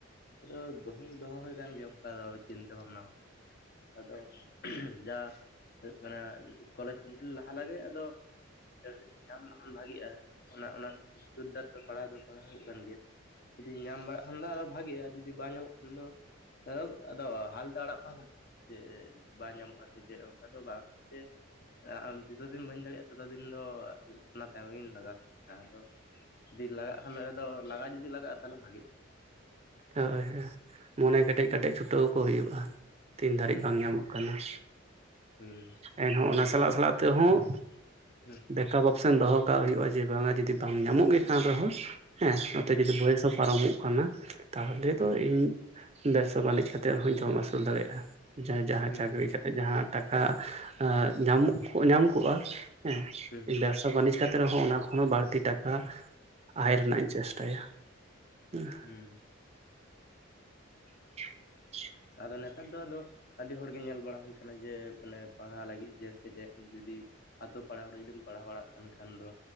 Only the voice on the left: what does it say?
ᱟᱫᱚ ᱫᱚᱦᱚ ᱫᱚ ᱫᱚᱦᱚ ᱦᱩᱭ ᱠᱟᱱ ᱜᱮᱭᱟ ᱫᱚ ᱚᱱᱠᱟ ᱪᱤᱱᱛᱟᱹ ᱵᱷᱟᱵᱽᱱᱟ ᱟᱫᱚ ᱡᱟ ᱦᱩᱭᱩᱜ ᱠᱟᱱᱟ ᱡᱤᱫᱤ ᱠᱚᱞᱮᱡᱽ ᱠᱚᱢᱯᱞᱤᱴ ᱞᱟᱦᱟ ᱞᱟᱜᱮ ᱟᱫᱚ ᱪᱟᱹᱠᱨᱤ ᱧᱟᱢ ᱞᱮᱠᱷᱟᱱ ᱵᱷᱟᱹᱜᱤᱜᱼᱟ ᱚᱱᱟ ᱚᱱᱟ ᱡᱩᱨᱫᱟᱨ ᱫᱚ ᱯᱟᱲᱦᱟᱣ ᱫᱚ ᱯᱟᱲᱦᱟᱣ ᱦᱩᱭᱩᱜ ᱠᱟᱱ ᱜᱮᱭᱟ ᱾ ᱡᱩᱫᱤ ᱧᱟᱢ ᱵᱟᱲᱟᱜ ᱠᱷᱟᱱ ᱫᱚ ᱟᱫᱚ ᱵᱷᱟᱹᱜᱤᱜᱼᱟ ᱡᱩᱫᱤ ᱵᱟᱝ ᱧᱟᱢᱚᱜ ᱠᱷᱟᱱ ᱫᱚ ᱟᱫᱚ ᱦᱟᱞ ᱫᱚ ᱟᱲᱟᱜ ᱵᱟᱝ ᱜᱟᱱᱚᱜᱼᱟ ᱾ ᱡᱮ ᱵᱟᱝ ᱧᱟᱢᱚᱜᱼᱟ ᱥᱮ ᱪᱮᱫ ᱚᱱᱠᱟ ᱫᱚ ᱵᱟᱝ ᱡᱮ ᱟᱢ ᱡᱚᱛᱚ ᱫᱤᱱ ᱵᱟᱹᱧ ᱫᱟᱲᱮᱭᱟᱜᱼᱟ ᱛᱚᱛᱚ ᱫᱤᱱ ᱫᱚ ᱚᱱᱟ ᱛᱟᱭᱚᱢ ᱨᱮᱜᱤᱧ ᱞᱟᱜᱟᱣᱟ ᱾ ᱟᱫᱚ ᱡᱩᱫᱤ ᱞᱟᱜᱟᱜ ᱠᱷᱟᱱᱫᱚ ᱞᱟᱜᱟ ᱡᱩᱫᱤ ᱞᱟᱜᱟᱜᱼᱟ ᱛᱟᱦᱚᱞᱮ ᱵᱷᱟᱹᱜᱤᱜᱼᱟ ᱾
ᱦᱩᱸ
ᱦᱩᱸ ᱾
<unintelligible>
ᱦᱩᱸ
ᱦᱩᱸ
ᱦᱩᱸ
ᱦᱩᱸ ᱾
ᱛᱟᱦᱞᱮ ᱱᱮᱛᱟᱨ ᱫᱚ ᱟᱫᱚ ᱟᱹᱰᱤ ᱦᱚᱲᱜᱮ ᱧᱮᱞ ᱵᱟᱲᱟ ᱦᱩᱭ ᱠᱟᱱᱟ ᱡᱮ ᱢᱟᱱᱮ ᱯᱟᱲᱦᱟᱜ ᱞᱟᱹᱜᱤᱫ ᱡᱮ ᱥᱮ ᱪᱮᱫ ᱡᱩᱫᱤ ᱟᱛᱳ ᱯᱟᱲᱟ ᱠᱚᱨᱮ ᱡᱩᱫᱤᱢ ᱯᱟᱲᱦᱟᱣ ᱵᱟᱲᱟᱜ ᱠᱟᱱ ᱠᱷᱟᱱ ᱫᱚ